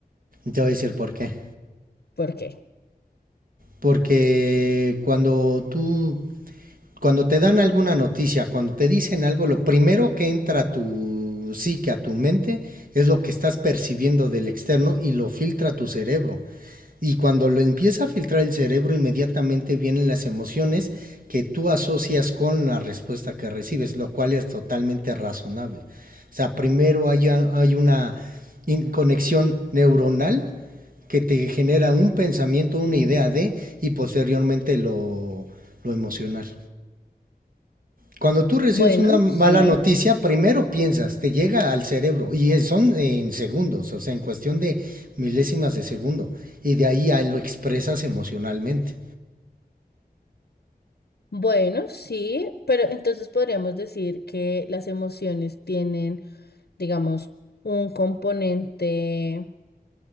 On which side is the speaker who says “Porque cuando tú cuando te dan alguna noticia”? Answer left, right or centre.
Right